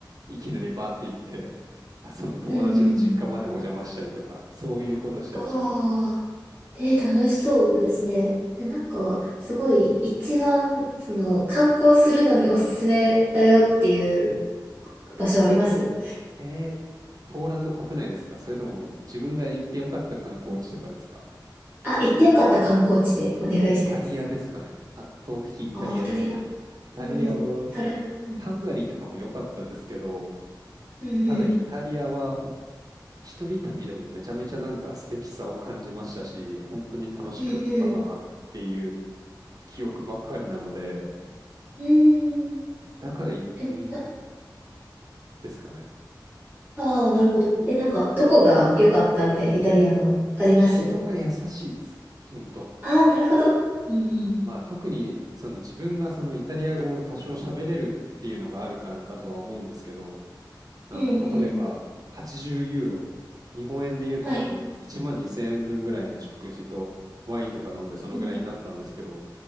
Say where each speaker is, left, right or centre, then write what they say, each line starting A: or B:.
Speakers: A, on the right (about 50°); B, on the right (about 25°).
A: いきなりバーって行って、あその友達の実家までお邪魔したりとか、
B: うんうん。
A: そういうことしたりしてます。
B: ああ、えー、楽しそうですね。えなんか、すごい、一番、その、観光するのにおすすめだよっていう場所あります
A: えー、ポーランド国内ですかそれとも自分が行ってよかった観光地とかですか
B: あ、行ってよかった観光地でお願いしたいです。
A: イタリアですかね圧倒的イタリアですね。
B: ああ、イタリア。
A: イタリアは、
B: うん、それは。うん。
A: ハンガリーとかも良かったですけど、
B: うんうん。
A: ただイタリアは一人旅でもめちゃめちゃなんか素敵さを感じましたし、本当に楽しかったなっていう
B: うんうん。
A: 記憶ばっかりなので、
B: うーん。
A: だからい、
B: え、
A: うん
B: な、
A: ですかね。
B: ああ、なるほど。え、なんか、どこが良かったみたいな、イタリアの、あります
A: 人が優しいです。本当。
B: ああー、なるほど。うんうん。
A: まあ、特にその自分がそのイタリア語を多少喋れるっていうのがあるからだとは思うんですけど、なんか例えば80ユーロ、
B: うんうん
A: 日本円で言うと多分1万2000円分ぐらいの食事とワインとか飲んでそのぐらいになったんですけど、
B: はい。うん。